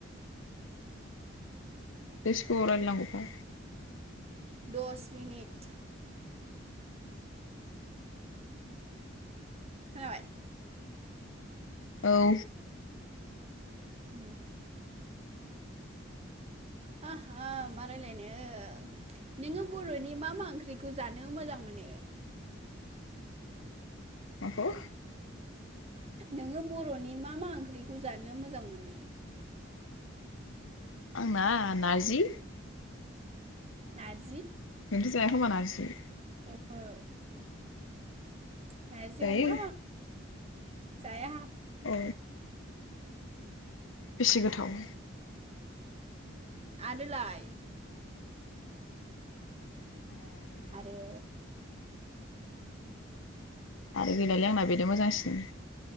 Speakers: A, on the left; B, on the right.
A: बेसे गोबाव रायलाय नांगौबा
B: दस मिनिट खोनाबाय
A: औ
B: उम आ हा मा रायलायनो नोङो बर'नि मा मा ओंख्रिखौ जानो मोजां मोनो
A: माखौ
B: नोङो बर'नि मा मा ओंख्रिखौ जानो मोजां मोनो
A: आंना नारजि
B: नारजि
A: नोंथ'' जायाखोमा नारजि
B: <inaudible> नारजि
A: जायो
B: अमा जाया
A: औ बेसे गोथाव
B: आरोलाय
A: आरो
B: आरो
A: आरो गैलालाय आंना बेनो मोजांसिन